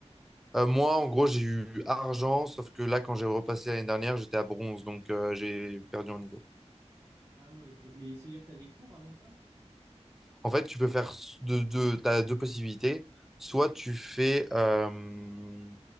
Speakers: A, in the centre; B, on the right.
A: Euh, moi, en gros, j'ai eu argent, sauf que là, quand j'ai repassé l'année dernière, j'étais à bronze, donc euh, j'ai perdu en niveau.
B: Ah ouais, ok. Mais ça veut dire que t'as des cours avant ça?
A: En fait, tu peux faire s- deux, deux, t'as deux possibilités. Soit tu fais euh,